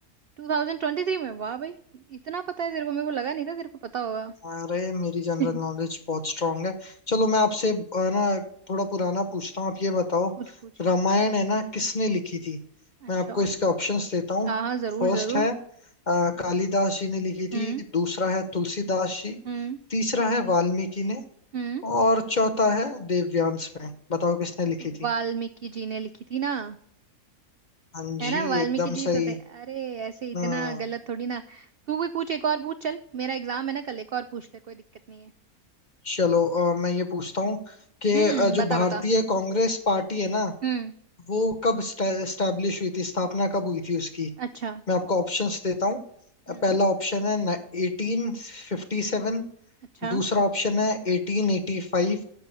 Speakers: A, on the right (about 65°); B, on the left (about 35°).
A: 2023 में वाह भाई इतना पता है तेरे को मेरे को लगा नहीं था तेरे को पता होगा
B: अरे मेरी जनरल
A: <laughs>
B: नॉलेज बहुत स्ट्रांग है चलो मैं आपसे अ, ना थोड़ा पुराना पूछता हूँ आप ये बताओ
A: पूछ पूछ
B: रामायण है ना किसने लिखी थी
A: अच्छा
B: मैं आपको इसके ऑप्शंस देता हूँ
A: हाँ हाँ जरूर
B: फर्स्ट
A: जरूर
B: है अ, कालिदास जी ने लिखी
A: हम्म
B: थी दूसरा है तुलसीदास जी
A: हम्म
B: तीसरा है वाल्मीकि ने
A: हम्म
B: और चौथा है देवव्यांस में बताओ किसने लिखी थी
A: वाल्मीकि जी ने लिखी थी ना
B: हाँ
A: है
B: जी
A: ना वाल्मीकि
B: एकदम
A: जी
B: सही
A: तो थे अरे ऐसे इतना
B: हम्म
A: गलत थोड़ी ना तू भी पूछ एक और पूछ चल मेरा एग्जाम है ना कल एक और पूछ ले कोई दिक्कत नहीं है
B: चलो अ, मैं ये पूछता हूँ कि
A: हम्म
B: अ, जो
A: बता
B: भारतीय
A: बता
B: कांग्रेस पार्टी है ना
A: हम्म
B: वो कब स्टैब्लिश हुई थी स्थापना कब हुई थी उसकी
A: अच्छा
B: मैं आपको ऑप्शंस देता हूँ
A: हम्म
B: पहला ऑप्शन है एटीन फिफ्टी सेवन
A: अच्छा
B: दूसरा ऑप्शन है एटीन एटी फाइव